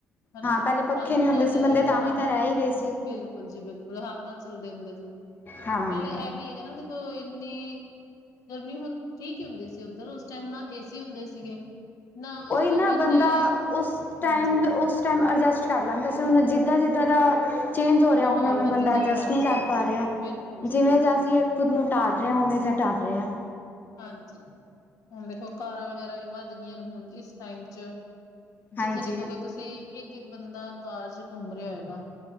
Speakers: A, on the left; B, on the left.
A: ਹਨਾ
B: ਹਾਂ ਪਹਿਲੇ ਪੱਖੇ
A: ਹੱਥ
B: ਨਹੀਂ ਹੁੰਦੇ
A: ਨਾਲ
B: ਸੀ ਬੰਦੇ ਤਾਂ ਵੀ
A: ਹਾਂ
B: ਤਾਂ ਰਹਿ ਹੀ ਰਹੇ ਸੀ
A: ਬਿਲਕੁਲ ਜੀ ਬਿਲਕੁਲ, ਹੱਥ ਨਾਲ ਚਲਦੇ ਹੁੰਦੇ ਸੀ।
B: ਹਾਂ
A: ਪੈਲੇ ਐ ਵੀ ਹੈਗਾ ਨਾ ਦੇਖੋ ਇੰਨੀ ਗਰਮੀ ਹੁੰਦੀ ਠੀਕ ਈ ਹੁੰਦੀ ਸੀ ਉੱਧਰ ਉਸ ਟਾਈਮ ਨਾ ਏ ਸੀ ਹੁੰਦੇ ਸੀਗੇ ਨਾ ਉਸ
B: ਓਈ
A: ਟਾਈਮ
B: ਨਾ
A: ਇੰਨੇ
B: ਬੰਦਾ ਉਸ ਟਾਈਮ
A: ਹਾਂਜੀ
B: ਉਸ ਟਾਈਮ ਅਡਜਸਟ ਕਰ ਲੈਂਦੇ ਸੀ ਹੁਨ ਜਿੱਦਾਂ ਜਿੱਦਾਂ ਦਾ ਚੇਂਜ ਹੋ ਰਯਾ
A: ਮਾਹੌਲ
B: ਉਵੇਂ-ਉਵੇਂ
A: ਵੱਧ
B: ਬੰਦਾ
A: ਜਾਏ
B: ਐਡਜਸਟ
A: ਹਾਂਜੀ
B: ਨਈ ਕਰ
A: ਹਾਂਜੀ
B: ਪਾ ਰਿਹਾ
A: ਬਿਲਕੁਲ ਜੀ
B: ਜਿਵੇਂ
A: ਬਿਲਕੁਲ
B: ਜਾ ਅਸੀਂ ਖੁਦ ਨੂੰ ਢਾਲ ਰੇ ਆਂ ਓਵੇਂ ਦਾ ਢਲ ਰੇ ਆਂ।
A: ਹਾਂਜੀ ਹੁਨ ਦੇਖੋ ਕਾਰਾਂ ਵਗੈਰਾ ਵੀ ਵੱਧ ਗਈਆਂ ਨੇ ਹੁਨ ਇਸ ਟਾਈਮ 'ਚ
B: ਹਾਂਜੀ
A: ਜਿੱਥੇ ਦੇਖੋਗੇ ਤੁਸੀਂ ਇੱਕ-ਇੱਕ ਬੰਦਾ ਕਾਰ 'ਚ ਘੁੰਮ ਰਯਾ ਹੋਏਗਾ।